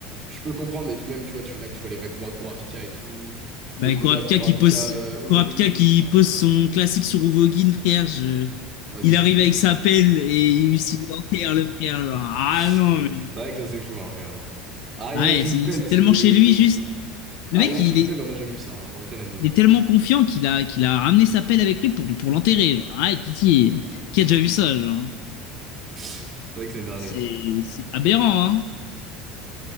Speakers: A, on the right; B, on the left.
A: je peux comprendre. Et puis même, tu vois, tu là que tu vois les vrais pouvoirs de Kurapika et tout.
B: Bah,
A: Le combat
B: Kurapika
A: Kurapika
B: qui pose,
A: euh, Uvogin.
B: Kurapika qui
A: Ah là
B: pose
A: là.
B: son classique sur Uvogin, frère, je...
A: Bah,
B: il
A: surtout
B: arrive
A: que...
B: avec sa pelle et il s'il l'enterre, le frère. genre, ah
A: <laughs> C'est
B: non, mais...
A: vrai que ça, c'est fou, hein, quand même. hein. Arriver
B: Ah
A: avec
B: ouais,
A: une
B: c'est
A: pelle,
B: c'est tellement
A: c'est...
B: chez lui, juste.
A: Arriver
B: Le mec,
A: avec
B: il
A: une
B: est,
A: pelle, on n'a jamais vu ça, hein, dans aucun anime.
B: il
A: hein.
B: est tellement confiant qu'il a, qu'il a ramené sa pelle avec lui pour, lui- pour l'enterrer. Genre, ah, ouais, pitié. Qui a déjà vu ça, genre?
A: <laughs> C'est vrai que c'est une dinguerie.
B: C'est
A: hein.
B: c'est aberrant, hein?